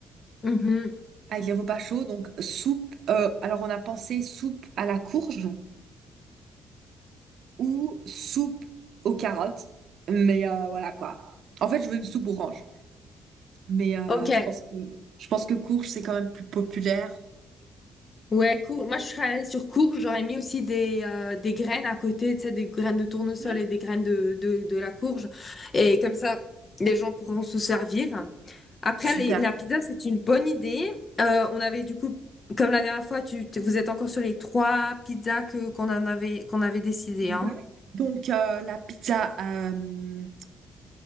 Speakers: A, on the left; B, on the right.
A: Mhm.
B: avec les repas chauds. Donc, soupe. euh, alors, on a pensé soupe à la courge ou soupe aux carottes. Mais euh, voilà quoi. En fait, je veux une soupe orange. Mais euh,
A: Ok.
B: je pense que, je pense que courge, c'est quand même plus populaire.
A: Ouais, cours. Moi, je serais allée sur courge. J'aurais mis aussi des, euh, des graines à côté, tu sais, des graines de tournesol
B: Mhm.
A: et des graines de, de, de la courge. Et comme ça, les gens pourront se servir. Après,
B: Super.
A: les- la pizza, c'est une bonne idée. Euh, on avait du coup, comme la dernière fois, tu, tu- vous êtes encore sur les trois pizzas que qu'on en avait qu'on avait décidé,
B: Ouais.
A: hein.
B: Donc, euh, la pizza euh,